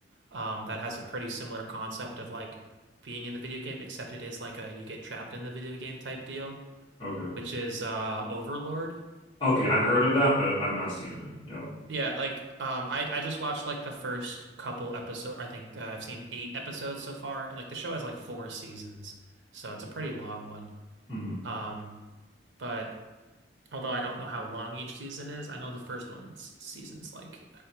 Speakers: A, on the right; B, on the left.
A: um that has a pretty similar concept of like being in the video game except it is like a you get trapped in the video game type deal,
B: Okay.
A: which is uh Overlord.
B: Okay, I've heard of that, but I've not seen it. Yeah.
A: Yeah, like um I I just watched like the first couple episodes. I think uh, I've seen eight episodes so far. Like the show has like four seasons, so it's a pretty long one.
B: hmm
A: Um but although I don't know how long each season is, I know the first one's season's like